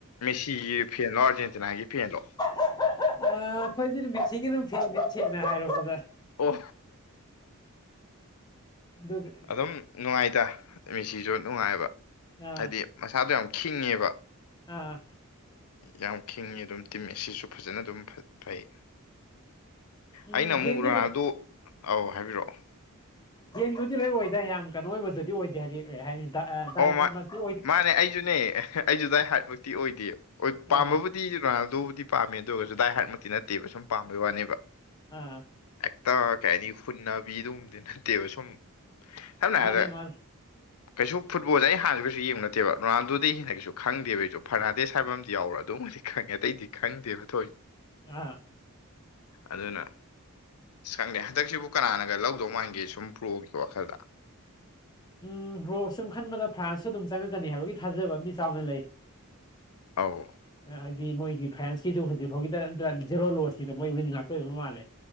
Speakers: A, on the left; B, on the left.
A: ꯃꯦꯁꯤꯒꯤ ꯐꯦꯟꯗꯣ ꯑꯥꯔꯖꯦꯟꯇꯤꯅꯥꯒꯤ ꯐꯦꯟꯗꯣ
B: ꯑ ꯑꯩꯈꯣꯏꯗꯤ ꯅꯨꯃꯤꯠꯁꯤꯒꯤ ꯅꯨꯝꯊꯤ ꯃꯤꯠꯁꯦꯡꯅ ꯍꯥꯏꯔꯨꯄꯗ
A: ꯑꯣ
B: ꯑꯗꯨꯒ
A: ꯑꯗꯨꯝ ꯅꯨꯡꯉꯥꯏꯇ ꯃꯤꯦꯁꯤꯁꯨ ꯅꯨꯡꯉꯥꯏꯕ
B: ꯑꯥ
A: ꯍꯥꯏꯗꯤ ꯃꯁꯥꯗꯣ ꯌꯥꯝ ꯈꯤꯡꯉꯦꯕ
B: ꯑꯥ
A: ꯌꯥꯝ ꯈꯤꯡꯉꯤ ꯑꯗꯨꯝ ꯇꯤꯝ ꯑꯁꯤꯁꯨ ꯐꯖꯅ ꯑꯗꯨꯝ ꯐꯩ
B: ꯎꯝ
A: ꯑꯩꯅ ꯑꯃꯨꯛ
B: ꯐꯦꯟꯗꯤ
A: ꯎꯔꯥ
B: ꯑꯗꯨꯝ
A: ꯑꯗꯨ ꯑꯧ ꯍꯥꯏꯕꯤꯔꯛꯑꯣ
B: ꯐꯦꯟꯕꯨꯗꯤ ꯂꯣꯏ ꯑꯣꯏꯗꯏ ꯌꯥꯝ ꯀꯩꯅꯣ ꯑꯣꯏꯕꯗꯨꯗꯤ ꯑꯣꯏꯗꯦ ꯍꯥꯏꯗꯤꯤ
A: ꯑꯣ ꯃꯥ ꯃꯥꯅꯦ ꯑꯩꯁꯨꯅꯦ ꯑꯩꯖꯗꯗꯥꯏ ꯍꯥꯏꯠꯕꯛꯇꯤ ꯑꯣꯏꯗꯦ ꯄꯥꯝꯕꯕꯨꯗꯤ
B: ꯑꯥ
A: ꯔꯣꯅꯥꯜ ꯑꯗꯨꯕꯨꯗꯤ ꯄꯥꯝꯃꯦ ꯑꯗꯨꯒ ꯑꯣꯏꯒꯁꯨ ꯗꯥꯏ ꯍꯥꯏꯔꯠꯃꯛꯇꯤ ꯅꯠꯇꯦꯕ ꯁꯨꯝ ꯄꯥꯝꯕꯩ ꯋꯥꯅꯦꯕ
B: ꯑꯥ
A: ꯍꯦꯛꯇ ꯀꯩ ꯍꯥꯏꯅꯤ ꯐꯨꯟꯅꯕꯤꯗꯨꯨꯝꯕꯗꯤ ꯅꯠꯇꯦꯕ ꯁꯨꯝ ꯁꯝꯅ
B: ꯃꯥꯅꯦ
A: ꯍꯥꯏꯔꯕꯗ
B: ꯃꯥꯅꯦ
A: ꯀꯩꯁꯨ ꯐꯨꯠꯕꯣꯜꯁꯦ ꯑꯩ ꯍꯥꯟꯅꯁꯨ ꯀꯩꯁꯨ ꯌꯦꯡꯕ ꯅꯠꯇꯦꯕ ꯅꯥꯟꯜꯗꯨꯗꯩ ꯍꯦꯟꯅ ꯀꯩꯁꯨ ꯈꯪꯗꯦꯕ ꯑꯩꯁꯨ ꯐꯔꯅꯥꯗꯦꯁ ꯍꯥꯏꯕꯝꯗꯤ ꯌꯥꯎꯔꯣ ꯑꯗꯨꯕꯗꯤ ꯈꯪꯉꯦ ꯑꯇꯩꯗꯤ ꯈꯪꯗꯦꯕ ꯊꯣꯏꯅ
B: ꯑꯥ
A: ꯑꯗꯨꯅ ꯁꯪꯅꯦꯦ ꯍꯟꯗꯛꯁꯤꯕꯨ ꯀꯅꯥꯅꯒ ꯂꯧꯗꯧ ꯃꯥꯟꯒꯦ ꯁꯨꯝ ꯄ꯭ꯔꯣꯒꯤ ꯋꯥꯈꯜꯗ
B: ꯎꯝ ꯔꯣꯛꯁ ꯁꯨꯝ ꯈꯟꯕꯗ ꯐ꯭ꯔꯥꯟꯁꯁꯨ ꯑꯗꯨꯝ ꯆꯪꯉꯛꯀꯅꯤ ꯍꯥꯏꯕꯒꯤ ꯊꯥꯖꯕ ꯃꯤ ꯆꯥꯎꯅ ꯂꯩ
A: ꯑꯧ
B: ꯍꯥꯏꯗꯤ ꯃꯣꯏꯒꯤ ꯐ꯭ꯔꯦꯟꯁ ꯁꯤꯁꯨ ꯍꯧꯖꯤꯛ ꯐꯥꯎꯒꯤꯗ ꯅꯠꯇꯅ ꯖꯦꯔꯣ ꯂꯣꯁꯤꯗ ꯃꯣꯏ ꯍꯧꯖꯤꯟ ꯉꯥꯛꯇꯣꯏ ꯑꯣꯏꯕ ꯃꯥꯜꯂꯦ